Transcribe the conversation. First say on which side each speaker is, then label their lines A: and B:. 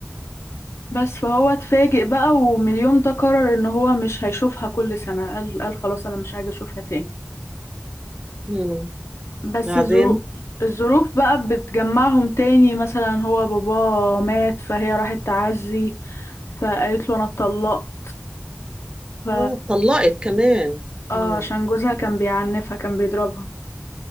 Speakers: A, on the left; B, on the right.
A: بس فهو اتفاجئ بقى ومن اليوم ده قرر ان هو مش هيشوفها كل سنة قال قال خلاص انا مش عايز اشوفها تاني
B: مم.
A: بس
B: بعدين
A: الظروف الظروف بقى بتجمعهم تاني مثلا هو باباه مات فهي راحت تعزي فقالت له انا اتطلقت ف
B: اه اتطلقت كمان
A: اه
B: مم.
A: عشان جوزها كان بيعنفها كان بيضربها